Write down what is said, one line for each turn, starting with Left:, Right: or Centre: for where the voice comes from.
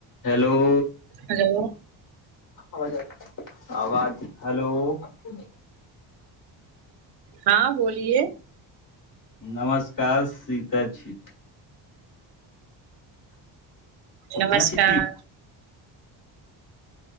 Left: Hello.
Right: Hello.
Left: <unintelligible> आवाज हलो <unintelligible>
Right: हँ बोलिए।
Left: नमस्कार सीता छी। कोना
Right: नमस्कार।
Left: छी